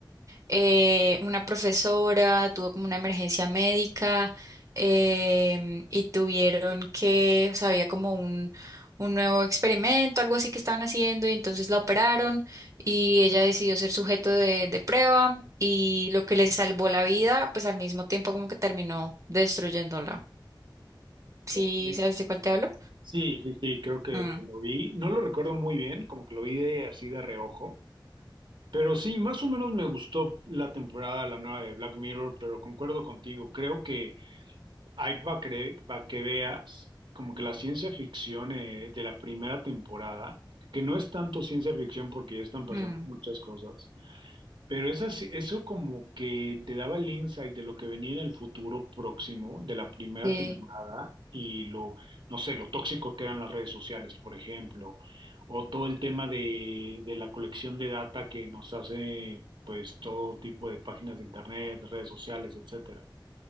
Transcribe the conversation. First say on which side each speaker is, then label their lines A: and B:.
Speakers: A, on the right; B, on the right.
A: eh, una profesora tuvo como una emergencia médica em, y tuvieron que, o sea, había como un, un nuevo experimento, algo así que estaban haciendo y entonces la operaron y ella decidió ser sujeto de, de prueba y lo que le salvó la vida, pues al mismo tiempo como que terminó destruyéndola. ¿Sí
B: Ok.
A: sabes de cuál te hablo?
B: Sí, sí, sí, creo que,
A: Mm,
B: que lo vi. No lo recuerdo muy bien, como que lo vi de así de reojo Pero sí, más o menos me gustó la temporada, la nueva de Black Mirror, pero concuerdo contigo, creo que hay para que veas como que la ciencia ficción eh, de la primera temporada, que no es tanto ciencia ficción porque ya están pasando
A: mm,
B: muchas cosas, pero eso, sí- eso como que te daba el insight de lo que venía en el futuro próximo de la primera
A: sí.
B: temporada y lo, no sé, lo tóxico que eran las redes sociales, por ejemplo, o todo el tema de, de la colección de data que nos hace pues todo tipo de páginas de internet, redes sociales, etcétera.